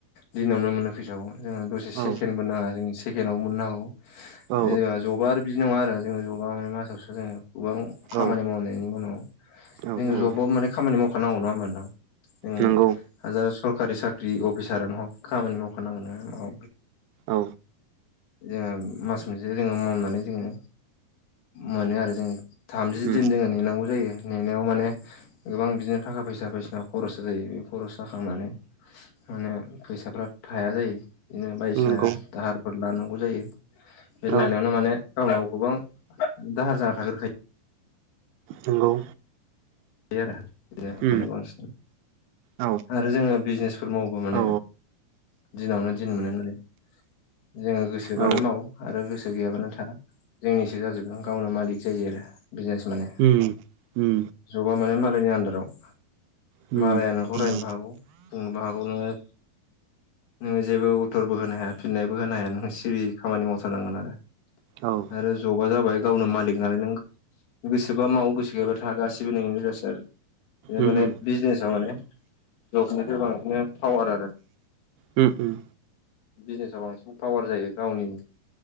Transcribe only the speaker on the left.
दिनावनो मोनो फैसाखौ। जोङो दसे
सेकेन्डबो नाङा जों सेकेनाव‌बो मोन्नो हागौ
जेनेबा जौ बिदि नङा आरो जोङो जबा मासावसो जोङो गोबां खामानि
मावनायनि उनाव
जोङो
जबाव माने खामानि मावखानांगौ। नङा होमबा नोंथां? जोङो
हाजार सरकारि साख्रि अफिसारानो हक खामानि मावखानांगोन नङा
जोङो मास मोनसे जोङो मावनानै जोङो मोनो आरो जोङो थामजि
दिन जोङो नेनांगौ जायो। नेनायाव माने गोबां बिदिनो थाखा-फैसा बायसिना खरसा जायो। बे खरसा खालामनानै माने फैसाफ्रा थाया जायो बिदिनो बायदिसिना
दाहारफोर लानांगौ जायो बे लानायावनो
माने गावनाव गोबां दाहार जाना थागोरखायो।
आरो बिदिनो
माने बांसिन
आरो जोङो बिजनेसफोर मावोबा माने
दिनावनो दिन मोनो आरो। जोङो गोसोबानो
माव आरो गोसो गैयाबानो था जोंनिसो जाजोबगोन गावनो मालिक जायो आरो बिजनेस माने
जबा माने मालायनि आन्दाराव
मालाया नोंखौ रायनोबो हागौ बुंनोबो हागौ नोङो नोङो जेबो उतरबो होनो हाया फिननायबो होनो हाया नोंङो सिरि खामानि मावथारनांगोन आरो।
आरो जबा जाबाय गावनो मालिक नालाय नों गोसोबा माव गोसो गैयाबा था। गासि बो नोंनि गोजासो आरो बिदिनो
माने
बिजनेसाव माने जबनिफ्राय बांसिन फावार आरो
बिजनेसाव बांसिन फावार जायो गावनि